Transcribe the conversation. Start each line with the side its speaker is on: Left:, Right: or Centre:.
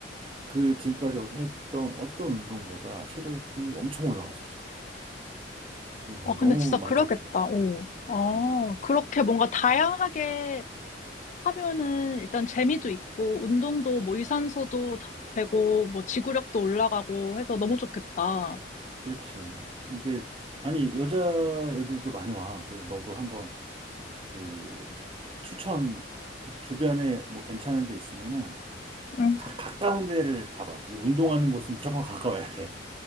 Right: 그 지금까지 했던 어떤 운동보다 체력이 엄청 올라왔어 지금 그래서
Left: 아, 근데
Right: 너무
Left: 진짜
Right: 만족해
Left: 그러겠다. 어. 아,
Right: 음,
Left: 그렇게 뭔가 다양하게 하면은 일단 재미도 있고, 운동도 뭐 유산소도 더 되고, 뭐 지구력도 올라가고 해서 너무 좋겠다.
Right: 그렇지 이게 아니 여자애들도 많이 와 그래서 너도 한번 그 추천 주변에 뭐 괜찮은 데 있으면은
Left: 음.
Right: 가, 가까운 데를 가봐. 운동하는 곳은 무조건 <laughs> 가까워야 돼.